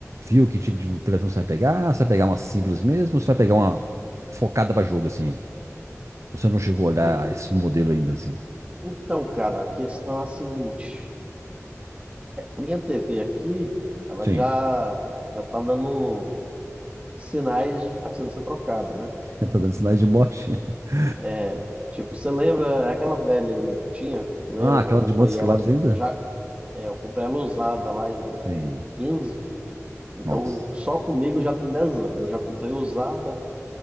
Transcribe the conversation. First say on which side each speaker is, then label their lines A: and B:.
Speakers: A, on the right; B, on the right.
A: viu que tipo de televisão você vai pegar? Você vai pegar uma simples mesmo ou você vai pegar uma focada para jogo assim? Você não chegou a olhar
B: Ei,
A: esse modelo ainda assim?
B: Então, cara, a questão é a seguinte: minha TV aqui, ela
A: Sim.
B: já já tá dando sinais de que tá precisando ser trocada, né?
A: <laughs> Tá dando sinais de morte? <laughs>
B: É, tipo, você lembra é aquela velha minha que eu tinha? Lembra
A: Ah, aquela
B: que eu comprei
A: de Montes Claros
B: ela?
A: ainda?
B: Eu já, é, eu comprei ela usada lá em 2015.
A: Sim.
B: Então,
A: Nossa,
B: só comigo já tem 10 anos. Eu já comprei usada,